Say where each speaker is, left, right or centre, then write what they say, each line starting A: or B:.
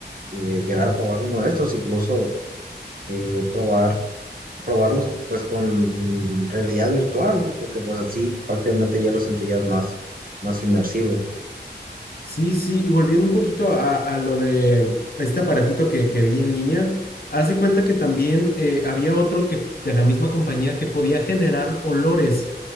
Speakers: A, on the right; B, on the left.
A: eh, llegar a probar uno de estos, incluso eh, probar probarlos pues con realidad virtual, porque pues así prácticamente ya lo sentirías más más inmersivo.
B: Sí, sí, y volviendo un poquito a, a lo de este aparatito que, que vi en línea, haz de cuenta que también eh, había otro que de la misma compañía que podía generar olores.